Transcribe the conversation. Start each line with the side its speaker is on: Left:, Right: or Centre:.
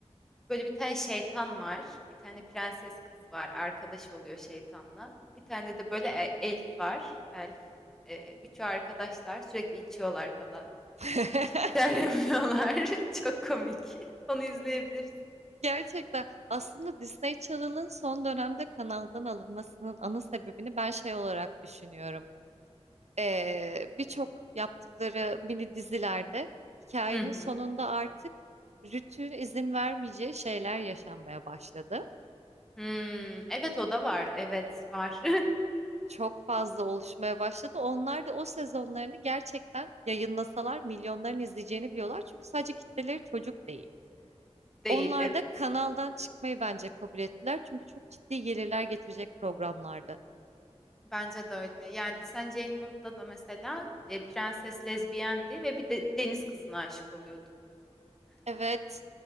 Centre: Böyle bir tane şeytan var. Bir tane prenses kız var. Arkadaş oluyor şeytanla. Bir tane de böyle e- elf var. Elf. Ee, üçü arkadaşlar. Sürekli içiyorlar falan.
Right: <laughs>
Centre: İşte içer yapıyorlar. <laughs> Çok komik. Onu izleyebilirsin.
Right: Gerçekten aslında Disney Channel'ın son dönemde kanaldan alınmasının ana sebebini ben şey olarak düşünüyorum. Ee, birçok yaptıkları mini dizilerde hikayenin
Centre: Hı hı.
Right: sonunda artık rütüğün izin vermeyeceği şeyler yaşanmaya başladı.
Centre: Hmm, evet o da var. Evet var.
Right: Çok fazla oluşmaya başladı. Onlar da o sezonlarını gerçekten yayınlasalar milyonların izleyeceğini biliyorlar. Çünkü sadece kitleleri çocuk değil.
Centre: <laughs> Değil
Right: Onlar
Centre: evet.
Right: da kanaldan çıkmayı bence kabul ettiler. Çünkü çok ciddi gelirler getirecek programlardı.
Centre: Bence de öyle. Yani Descent Judgment'ta da mesela e, prenses lezbiyendi ve bir de deniz kızına aşık oluyordu.
Right: Evet.